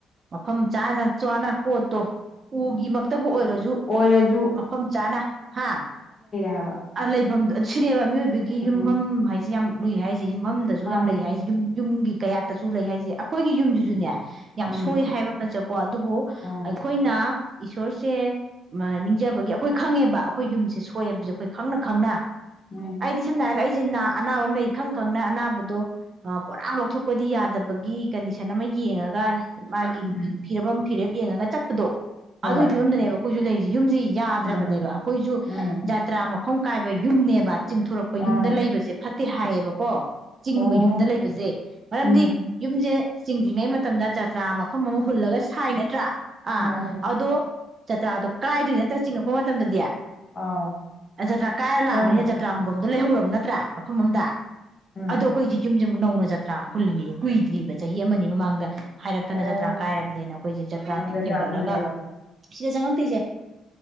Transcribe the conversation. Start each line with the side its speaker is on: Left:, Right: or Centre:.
Right: ꯃꯐꯝ ꯆꯥꯅ ꯆꯥꯅ ꯄꯣꯠꯇꯣ ꯎꯒꯤ ꯃꯛꯇꯕꯨ ꯑꯣꯏꯔꯁꯨ
Left: ꯑꯣꯏꯔꯥꯖꯨ
Right: ꯃꯐꯝ ꯆꯥꯅ ꯍꯥꯥ
Left: ꯍꯥꯏꯕ
Right: ꯂꯩꯐꯝꯗꯣ ꯁꯤꯅꯦꯕ ꯃꯤꯑꯣꯏꯕꯒꯤ ꯌꯨꯝꯐꯝ
Left: ꯎꯝ
Right: ꯍꯥꯏꯁꯦ ꯌꯥꯝ ꯂꯨꯏ ꯍꯥꯏꯁꯦ ꯌꯨꯝꯐꯝ
Left: ꯃꯥꯅꯦ
Right: ꯌꯥꯝ ꯂꯩ ꯍꯥꯏꯖꯦ ꯌꯨꯝ ꯌꯨꯝꯒꯤ ꯀꯌꯥꯠꯇꯁꯨ ꯂꯩ ꯍꯥꯏꯁꯦ ꯑꯩꯈꯣꯏꯒꯤ ꯌꯨꯝꯁꯤꯁꯨꯅꯦ
Left: ꯎꯝ
Right: ꯌꯥꯝ
Left: ꯎꯝ
Right: ꯁꯣꯏ ꯍꯥꯏꯕ ꯄꯥꯆꯥꯀꯣ ꯑꯗꯨꯕꯨ
Left: ꯑꯥꯎ
Right: ꯑꯩꯈꯣꯏꯅ ꯏꯁꯣꯔꯁꯦ ꯅꯤꯡꯖꯕꯒꯤ ꯑꯩꯈꯣꯏ ꯈꯪꯉꯦꯕ ꯑꯩꯈꯣꯏ ꯌꯨꯝꯁꯦ ꯁꯣꯏ ꯍꯥꯏꯕꯁꯦ ꯑꯈꯣꯏ ꯈꯪꯅ ꯈꯪꯅ
Left: <unintelligible>
Right: ꯑꯩꯗꯤ ꯁꯝꯅꯥ ꯍꯥꯏꯔꯒ ꯑꯩꯁꯦ ꯑꯅꯥꯕ ꯑꯃ ꯂꯩ ꯈꯪ ꯈꯪꯅ ꯑꯅꯥꯕꯗꯣ ꯄꯨꯔꯥ ꯂꯧꯊꯣꯛ ꯄꯗꯤ ꯌꯥꯗꯕꯒꯤ ꯀꯟꯗꯤꯁꯟ ꯑꯃꯥ ꯌꯦꯡꯉꯒꯥ ꯃꯥꯒꯤ
Left: ꯎꯝ
Right: ꯐꯤꯔꯞ ꯑꯃ ꯐꯤꯔꯦꯞ ꯌꯦꯡꯉꯒ ꯆꯠꯄꯗꯣ
Left: ꯍꯣꯏ
Right: ꯑꯗꯨꯒꯤ ꯐꯤꯕꯝꯗꯅꯦꯕ ꯑꯩꯈꯣꯏꯁꯨ ꯂꯩꯔꯤꯁꯦ ꯌꯨꯝꯒꯤ ꯌꯥꯗ꯭ꯔꯕꯅꯦꯕ
Left: ꯎꯝ
Right: ꯑꯩꯈꯣꯏꯁꯨ
Left: ꯎꯝ
Right: ꯖꯇ꯭ꯔꯥ ꯐꯣꯡ ꯀꯥꯏꯕ ꯌꯨꯝꯅꯦꯕ ꯆꯤꯡꯊꯣꯔꯛꯄ ꯌꯨꯝꯗ
Left: ꯑꯥ
Right: ꯂꯩꯕꯁꯦ ꯐꯠꯇꯦ ꯍꯥꯏꯌꯦꯕꯀꯣ ꯆꯤꯡꯕ
Left: ꯑꯣ
Right: ꯌꯨꯝꯗ ꯂꯩꯕꯁꯦ ꯃꯔꯝꯗꯤ
Left: ꯎꯝ
Right: ꯌꯨꯝꯁꯦ ꯆꯤꯡꯗ꯭ꯔꯤꯉꯩ ꯃꯇꯝꯗ ꯖꯇ꯭ꯔꯥ ꯃꯐꯝ ꯑꯃ ꯍꯨꯜꯂꯒ ꯁꯥꯏ ꯅꯠꯇ꯭ꯔꯥ ꯑꯥ
Left: ꯃꯥꯅꯦ
Right: ꯑꯗꯣ ꯖꯇ꯭ꯔꯥꯗꯣ ꯀꯥꯏꯗꯣꯏ ꯅꯠꯇ꯭ꯔ ꯆꯤꯡꯉꯛꯄ ꯃꯇꯝꯗꯗꯤ ꯑꯗꯥ
Left: ꯑꯥꯎ
Right: ꯖꯇ꯭ꯔꯥ ꯀꯥꯏꯔ ꯂꯥꯛꯑꯕꯅꯤꯅ
Left: ꯀꯥꯏꯅꯣ
Right: ꯇ꯭ꯔꯥꯍꯨꯟꯐꯝꯗꯣ ꯂꯩꯍꯧꯔꯕ ꯅꯠꯇ꯭ꯔꯥ ꯃꯐꯝ ꯑꯝꯗ
Left: ꯎꯝ
Right: ꯑꯗꯣ ꯑꯩꯈꯣꯏꯒꯤ ꯌꯨꯝꯁꯦ ꯑꯃꯨꯛ ꯅꯧꯅ ꯖꯇ꯭ꯔꯥ ꯍꯨꯜꯂꯤꯅꯤꯕ ꯀꯨꯏꯗ꯭ꯔꯤꯕ ꯆꯍꯤ ꯑꯃꯅꯤ ꯃꯃꯥꯡꯗ ꯍꯥꯏꯔꯛꯇꯅ
Left: ꯑꯣ
Right: ꯖꯇ꯭ꯔꯥ ꯀꯥꯏꯔꯕꯅꯦꯅ ꯑꯩꯈꯣꯏꯁꯦ ꯖꯇ꯭ꯔꯥ
Left: ꯑꯣ
Right: ꯍꯦꯟꯒꯠꯂꯒ
Left: ꯍꯨꯜꯂꯦꯕ
Right: ꯁꯤꯗ ꯆꯪꯉꯛꯇꯣꯏꯁꯦ